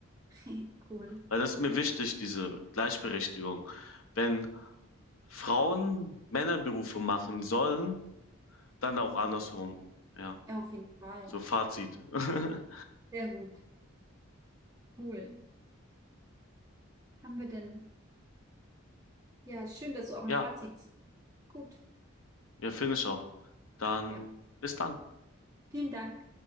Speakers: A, on the right (about 15°); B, on the left (about 75°).
A: <laughs> Cool.
B: Weil das ist mir wichtig, diese Gleichberechtigung. Wenn Frauen Männerberufe machen sollen, dann auch andersrum. Ja,
A: Ja, auf jeden Fall.
B: so Fazit. <laughs>
A: Sehr gut. Cool. Haben wir denn? Ja, schön, dass du auch ein
B: Ja,
A: Fazit ziehst. Gut.
B: ja, finde ich auch. Dann
A: Ja.
B: bis dann.
A: Vielen Dank.